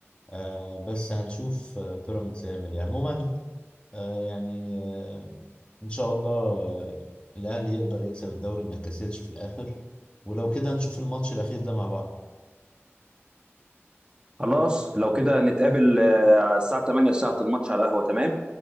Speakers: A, on the left (about 25°); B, on the right (about 20°).
A: آه بس هنشوف آه، بيراميدز هيعمل ايه عموما آه يعني آه إن شاء الله آه الأهلي يقدر يكسب الدوري ما يكسلش في الآخر ولو كده نشوف الماتش الأخير ده مع بعض
B: خلاص لو كده نتقابل آه، على الساعة 8 ساعة الماتش على القهوة تمام؟